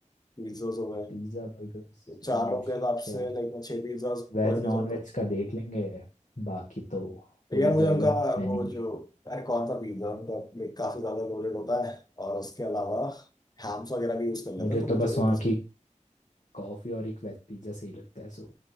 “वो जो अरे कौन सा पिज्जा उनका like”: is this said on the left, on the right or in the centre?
Left